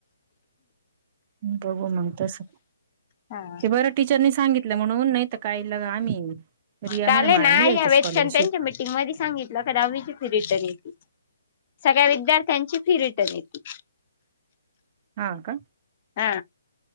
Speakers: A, on the right; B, on the left.
A: बघू मग तस
B: हा
A: ते बराठी नी सांगितलं म्हणून नाही तर काही ल आम्ही रिया
B: कालेय
A: म्हणे मला
B: नाही
A: द्यायची
B: या्या वेचच्या
A: स्कॉलरशिप
B: त्यांच्या भेटींग मध्ये सांगित आप कदामीवीची फी रिटर्न येते सगळ्या विद्यार्थ्यांची फी रिटर्न येते
A: हा का?
B: आ.